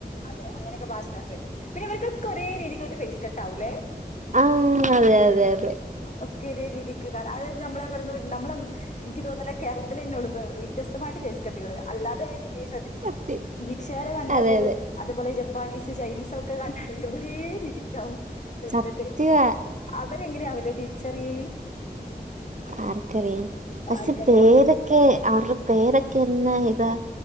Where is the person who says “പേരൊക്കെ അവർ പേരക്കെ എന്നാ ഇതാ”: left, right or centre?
Right